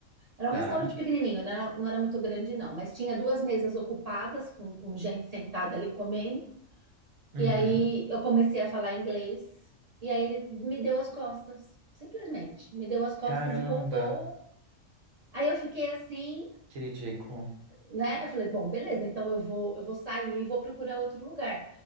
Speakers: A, on the right; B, on the right.
A: Era
B: tá.
A: um restaurante pequenininho, não era, não era muito grande, não, mas tinha duas mesas ocupadas, com, com gente sentada ali comendo
B: Uhum.
A: E aí eu comecei a falar inglês, e aí ele me deu as costas, simplesmente. Me deu as costas
B: Caramba,
A: e voltou. Aí eu fiquei assim,
B: que ridículo.
A: né? Eu falei, bom, beleza, então eu vou, eu vou sair e vou procurar outro lugar.